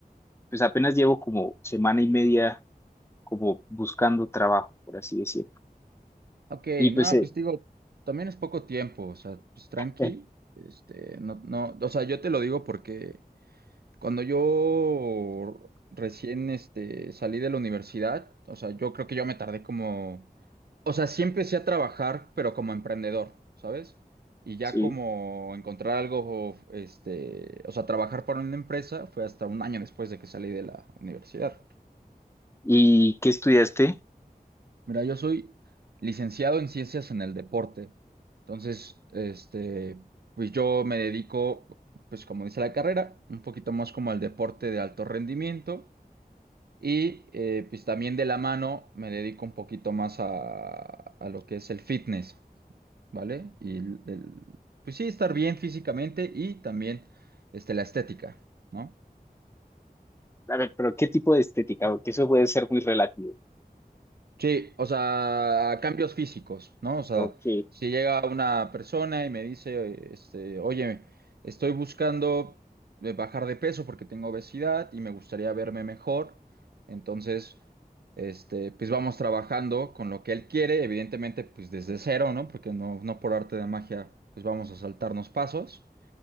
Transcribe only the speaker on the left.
Pues apenas llevo como semana y media como buscando trabajo, por así decirlo.
Y
pues, eh,
eh,
sí.
¿Y qué estudiaste?
A ver, pero ¿qué tipo de estética? Porque eso puede ser muy relativo.
¿O qué?